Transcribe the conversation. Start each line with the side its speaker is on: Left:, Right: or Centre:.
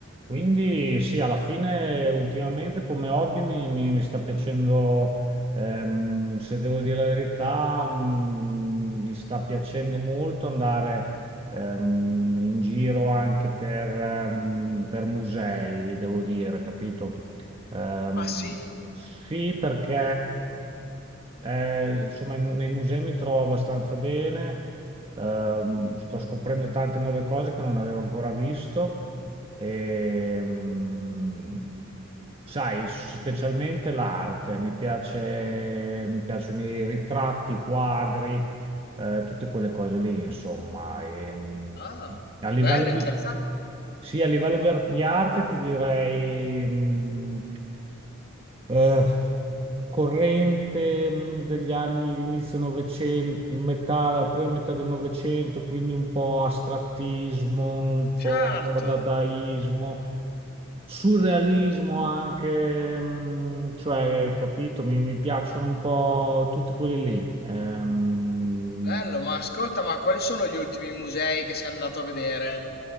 Right: Quindi sì, alla fine ultimamente come hobby mi, mi- mi sta piacendo, ehm, se devo dire la verità, mm, mi sta piacendo molto andare ehm, in giro anche per, ehm, per musei, devo dire, capito? Ehm,
Left: Ah sì?
Right: sì, perché eh, insomma in- nei musei mi trovo abbastanza bene, ehm, sto scoprendo tante nuove cose che non avevo ancora visto. Ehm, sai, specialmente l'arte, mi piace, mi piacciono i ritratti, i quadri, eh, tutte quelle cose lì, insomma. Ehm,
Left: Ah,
Right: a livello
Left: bello,
Right: di,
Left: interessante.
Right: sì, a livello di, ar- di arte ti direi... mm, eh, corrente mh, degli anni inizio Novecento, metà, la prima metà del Novecento, quindi un po' astrattismo, un
Left: Certo,
Right: po' dadaismo, Surrealismo anche, mh, cioè, capito, mi, mi piacciono un po' tutti quelli lì. Ehm,
Left: bello, ma ascolta, ma quali sono gli ultimi musei che sei andato a vedere?